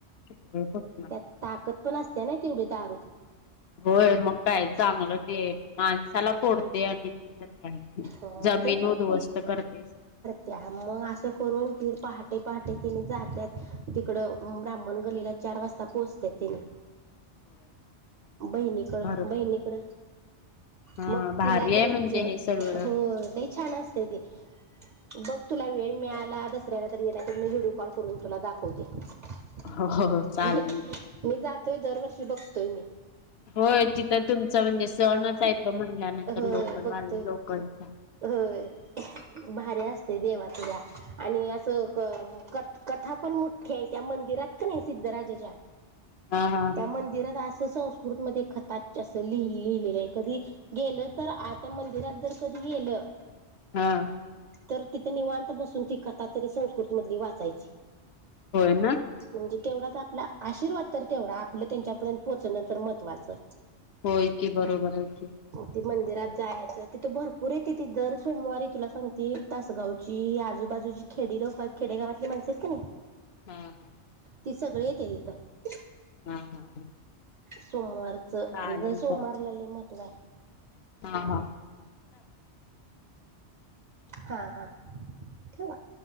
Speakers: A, on the left (about 65°); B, on the right (about 55°).
A: फुटलंय बघ
B: त्यात ताकदपण असत्या नाई तेवढी दारूत,
A: होय मग काय चांगलं ते माणसाला फोड, ते आणि ते तर काय
B: अ
A: जमीन उध्वस्त करतंय सगळं.
B: त्या मग असं करून तीर पहाटे-पहाटे तेनी जातात तिकडं ब्राह्मण गल्लीला चार वाजता ता पोहचत्यात तेनी.
A: होय.
B: बहिणीकडं
A: भरपूर
B: बहिणीकड
A: हा
B: मग
A: भारी
B: तिला घ्यायचं,
A: आहे म्हणजे हे सगळं
B: होय लई छान असतंय ते. बघ तुला वेळ मिळाला दसऱ्याला तर ये, नाहीतर मी व्हिडिओ कॉल करून तुला दाखवते. <unintelligible>
A: हो हो चालेल
B: मी जातोय दरवर्षी बघतोय मी,
A: होय तिथं तुमचं म्हणजे सणच आहे तो म्हणल्यानंतर
B: होय
A: लोकलवाल्या
B: बघतोय
A: लोकलचा
B: होय भारी असतंय देवाचं या. आणि असं क कथा पण मोठ्ठी आहे त्या मंदिरात का नाही सिद्धराजाच्या,
A: हा हा
B: त्या मंदिरात असं संस्कृतमध्ये खताच्यां असं लिहि लिहिलेलं आहे कधी, ऐकलं तर आ मंदिरात जर कधी गेलं,
A: हां.
B: तर तितं निवांत बसून ती कथा तरी संस्कृत मधली वाचायची,
A: होय ना,
B: म्हणजे तेवढाच आपला आशीर्वाद तर तेवढा आपलं त्यांच्यापर्यंत पोहोचणं तर महत्त्वाचं,
A: होय की बरोबर आहे की,
B: ती मंदिरात जायचं तिथं भरपूर येत्याती दर सोमवारी तुला सांगती तासगावची ही आजूबाजूची खेडी लोकं आहेत, खेडेगावातले माणसं आहेत का नाही
A: हां
B: ती सगळी येत्यात हिथं.
A: हां.. हां
B: सोमवारचं
A: चालेल
B: आणि जर सोमवारला लई महत्व आहे.
A: हां हां
B: हां हां ठेऊ का?